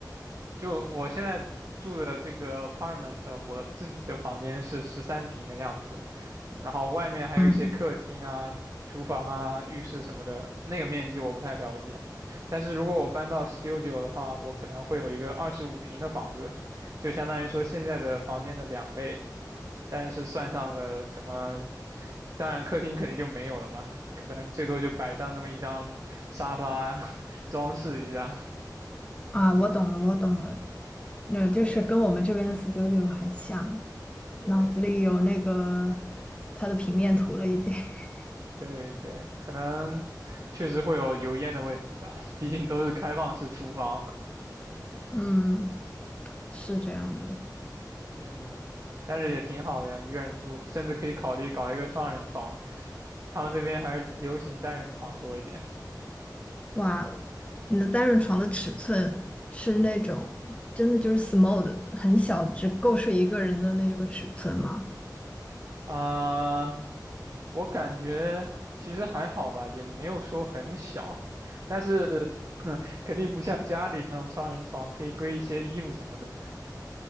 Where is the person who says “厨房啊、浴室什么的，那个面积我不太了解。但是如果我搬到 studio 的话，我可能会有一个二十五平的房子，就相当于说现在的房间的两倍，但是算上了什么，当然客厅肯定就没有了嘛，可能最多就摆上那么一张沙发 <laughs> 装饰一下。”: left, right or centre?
Right